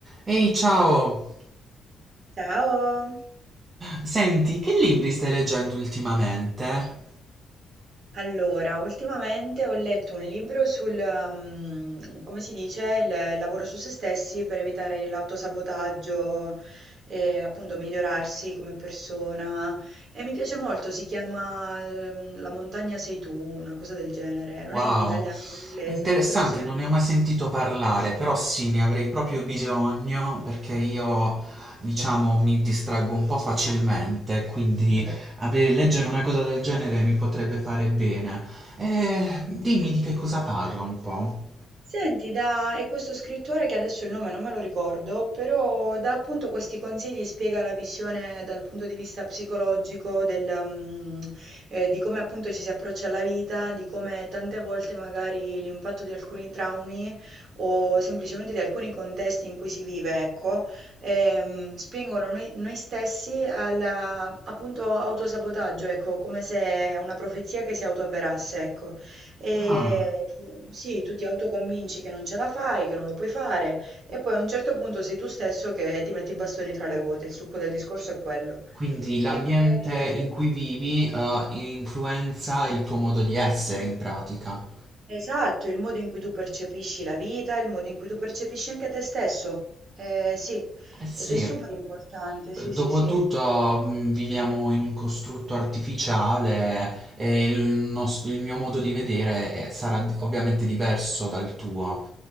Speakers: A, on the right; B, on the right.
A: Ehi, ciao!
B: Ciao!
A: Senti, che libri stai leggendo ultimamente?
B: Allora, ultimamente ho letto un libro sul, mm, come si dice, il lavoro su se stessi per evitare l'autosabotaggio e appunto migliorarsi come persona. E mi piace molto, si chiama, ehm, La montagna sei tu, una cosa del genere. Non
A: Wow,
B: è in italiano, è in inglese,
A: interessante,
B: però sì.
A: non ne ho mai sentito parlare, però sì, ne avrei proprio bisogno perché io, diciamo, mi distraggo un po' facilmente, quindi
B: Mm.
A: ave- leggere una cosa del genere mi potrebbe fare bene. Eh, dimmi di che cosa parla un po'.
B: Senti, da è questo scrittore che adesso il nome non me lo ricordo, però dà appunto questi consigli, spiega la visione dal punto di vista psicologico del, mm, eh, di come appunto ci si approccia alla vita, di come tante volte magari l'impatto di alcuni traumi o semplicemente di alcuni contesti in cui si vive, ecco, ehm, spingono noi, noi stessi alla appunto autosabotaggio, ecco, come se una profezia che si autoavverasse, ecco. E
A: Ah,
B: tu- sì, tu ti autoconvinci che non ce la fai, che non lo puoi fare, e poi a un certo punto sei tu stesso che ti metti i bastoni tra le ruote. Il succo del discorso è quello.
A: quindi l'ambiente
B: E- e appunto-
A: in cui vivi, eh, influenza il tuo modo di essere in pratica.
B: Esatto, il modo in cui tu percepisci la vita, il modo in cui tu percepisci anche te stesso. Eh, sì,
A: Eh sì.
B: ed è super importante, sì,
A: Dopotutto
B: sì, sì.
A: mh, viviamo in un costrutto artificiale e il, nos- il mio modo di vedere eh, sarà di- ovviamente diverso dal tuo.